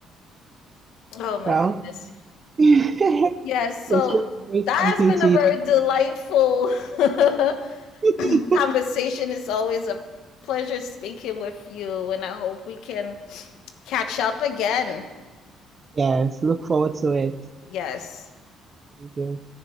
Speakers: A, on the left (about 75°); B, on the right (about 30°).
A: Oh my
B: Well,
A: goodness.
B: <laughs> it's
A: Yes, so
B: really great
A: that
B: talking
A: has been
B: to
A: a
B: you.
A: very delightful <laughs>
B: <laughs>
A: conversation. It's always a pleasure speaking with you, and I hope we can catch up again.
B: Yes, look forward to it.
A: Yes.
B: Thank you.